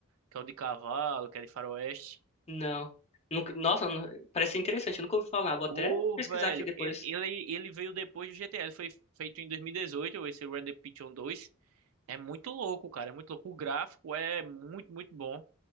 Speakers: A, on the right (about 65°); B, on the left (about 30°).
A: Que é o de cavalo, que é de faroeste.
B: Não. Nunca- Nossa, nu- parece ser interessante. Eu nunca ouvi falar. Vou até
A: Pô,
B: pesquisar
A: velho,
B: aqui depois.
A: ele, ele, ele veio depois do GTA, ele foi feito em 2018, esse Red Dead Redemption 2. É muito louco, cara, é muito louco. O gráfico é muito, muito bom.